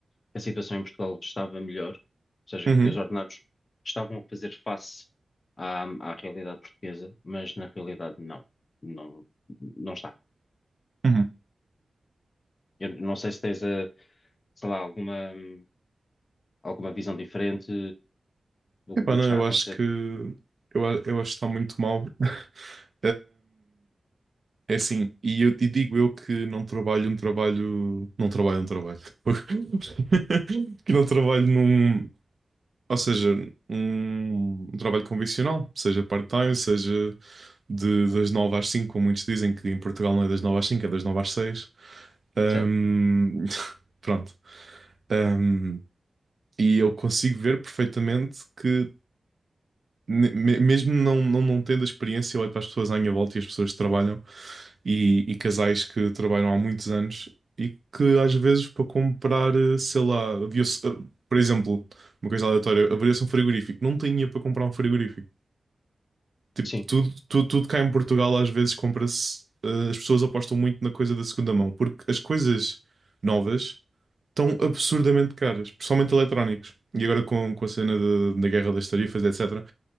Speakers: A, on the left (about 50°); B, on the right (about 55°).
A: que a situação em Portugal estava melhor, ou seja,
B: uhum,
A: que os ordenados estavam a fazer face à, à realidade portuguesa, mas na realidade não, não, não está.
B: uhum.
A: Eu não sei se tens, eh, sei lá, alguma, hum, alguma visão diferente do,
B: Epá,
A: do
B: não,
A: que está
B: eu
A: a acontecer.
B: acho que. Eu, a- eu acho que está muito mal. <laughs> É assim, e eu e digo eu que não trabalho um trabalho. Não trabalho um trabalho. <laughs> Que não trabalho num. Ou seja, um, um trabalho convencional, seja part-time, seja de, das 9 às 5, como muitos dizem que em Portugal não é das 9 às 5, é das 9 às 6. Ahm,
A: Certo?
B: <laughs> pronto. Ahm, e eu consigo ver perfeitamente que, ne- me- mesmo não, não, não tendo a experiência, eu olho para as pessoas à minha volta e as pessoas que trabalham. e, e casais que trabalham há muitos anos e que às vezes para comprar, eh, sei lá, havia-se, eh, por exemplo, uma coisa aleatória, abria-se um frigorífico, não tinha para comprar um frigorífico. Tipo,
A: Sim,
B: tudo, tudo, tudo cá em Portugal às vezes compra-se, eh, as pessoas apostam muito na coisa da segunda mão, porque as coisas novas estão absurdamente caras, principalmente eletrónicos. E agora com, com a cena da da guerra das tarifas, etc.